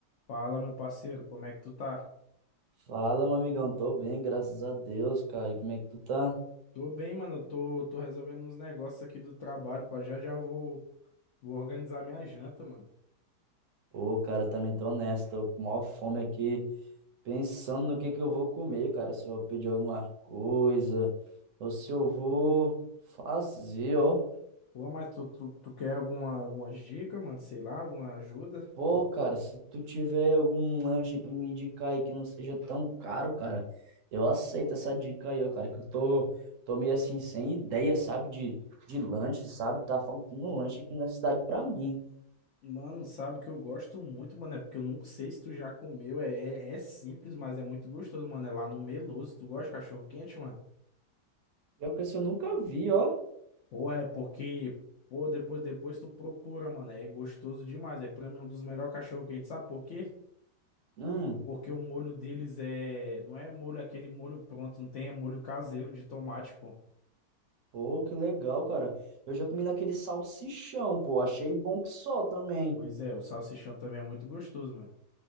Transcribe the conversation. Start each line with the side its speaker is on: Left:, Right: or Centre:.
Left: Fala, meu parceiro, como é que tu tá?
Right: Fala, meu amigão. Tô bem, graças a Deus, cara. E como é que tu tá?
Left: Tô bem, mano. eu Tô, tô resolvendo uns negócios aqui do trabalho, pá. Já já eu vou, vou organizar minha janta, mano.
Right: Pô, cara, também tô nessa. Tô com maior fome aqui, pensando no que que eu vou comer, cara. Se eu vou pedir alguma coisa, ou se eu vou fazer, ó.
Left: Pô, mas tu, tu, tu quer alguma, alguma dica, mano? Sei lá, alguma ajuda?
Right: Pô, cara, se tu tiver algum lanche pra me indicar aí que não seja tão caro, cara, eu aceito essa dica aí, ó, cara, que eu tô, tô meio assim, sem ideia, sabe, de, de lanche, sabe? Tá faltando um lanche aqui na cidade pra mim.
Left: Mano, sabe que eu gosto muito, mano. É porque eu não sei se tu já comeu. É, é, é simples, mas é muito gostoso, mano. É lá no Meloso. Tu gosta de cachorro quente, mano?
Right: Pior que esse eu nunca vi, ó.
Left: Pô, é porque. Pô, depois, depois tu procura, mano. É gostoso demais. É pra mim um dos melhores cachorro quentes. Sabe por quê?
Right: Hum.
Left: Porque o molho deles é. Não é molho aquele molho pronto, não tem, é molho caseiro de tomate, pô.
Right: Pô, que legal, cara. Eu já comi naquele salsichão, pô. Achei bom que só também.
Left: Pois é, o salsichão também é muito gostoso, mano.